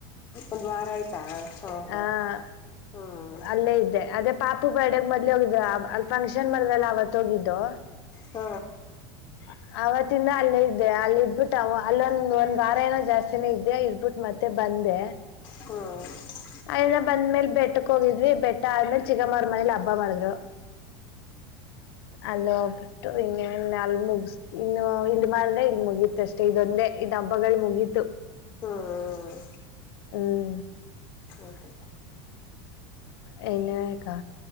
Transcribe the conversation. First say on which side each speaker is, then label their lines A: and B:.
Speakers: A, on the left; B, on the left.
A: ಒಂದು ವಾರ ಆಯ್ತಾ ಹಾ
B: ಹ
A: ಹ್ಮ್
B: ಅಲ್ಲೇ ಇದ್ದೆ ಅದೇ ಪಾಪು ಬರ್ಡಗ್ ಮೊದ್ ಹೋಗಿದ ಅಲ್ ಫಂಕ್ಷನ್ ಮರದಲ್ಲ ಅವತ್ೋಗಿದ್ದು
A: ಹ್ಮ
B: ಹ ಅವತ್ತಿಂದ ಅಲ್ಲೇ ಇದ್ದೆ ಅಲ್ಲಿ ಇದ್ಬಿಟ್ಟು ಅಲ್ಲೊಂದ್ ಒಂದ್ ವಾರ ಏನೋ ಜಾಸ್ತಿನೇ ಇದ್ದೆ ಇದಬಿಟ್ಟು ಮತ್ತೆ ಬಂದೆ
A: ಹ್ಮ್
B: ಅಯ್ನ ಬಂದ್ಮೇಲೆ ಬೆಟ್ಟಕ್ ಹೋಗಿದ್ವಿ ಬೆಟ್ಟ ಆದ್ಮೇಲೆ ಚಿಗಮ್ಮ್ರ ಮನೇಲಿ ಹಬ್ಬ ಮಾಡಿದ್ರು ಅಲ್ಲಬಟ್ಟು ಇನ್ನನ್ನ ಅಲ್ಲಿ ಮುಗ ಇನ್ನು ಇಲ್ಲಿ ಮಾಡ್ರೆ ಇಲ್ಲಿ ಮುಗೀತ ಅಷ್ಟೇ ಇದೊಂದೇ ಇದ ಹಬ್ಬಗಳು ಮುಗೀತು
A: ಹ್ಮ್
B: ಹ್ಮ್
A: ಅದೇ
B: ಹೌ ಎನೇಕಾ